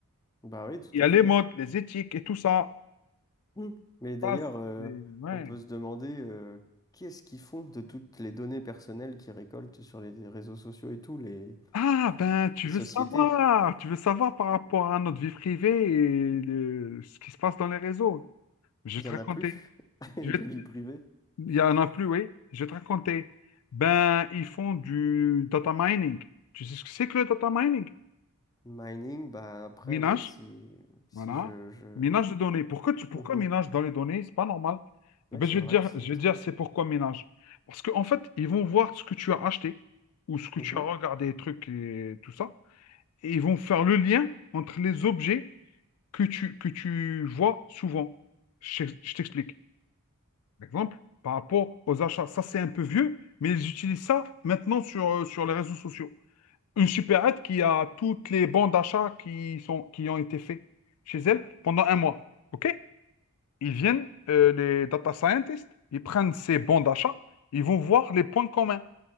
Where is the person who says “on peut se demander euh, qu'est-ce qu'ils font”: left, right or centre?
Left